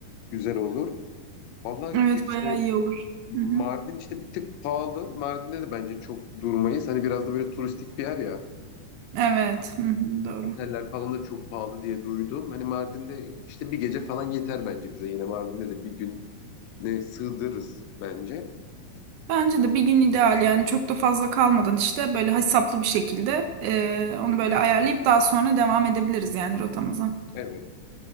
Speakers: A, on the left; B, on the right.
A: güzel olur. Valla
B: Evet
A: işte
B: bayağı iyi olur.
A: Mardin
B: Hı hı.
A: işte bir tık pahalı. Mardin'de de bence çok durmayız. Hani biraz da böyle turistik bir yer ya.
B: Evet hı hı, doğru.
A: Oteller falan da çok pahalı diye duydum. Hani Mardin'de işte bir gece falan yeter bence bize. Yine Mardin'de de bir gün ne sığdırırız bence.
B: Bence de bir gün ideal yani çok da fazla kalmadan işte böyle hesaplı bir şekilde eee, onu böyle ayarlayıp daha sonra devam edebiliriz yani rotamıza.
A: Evet.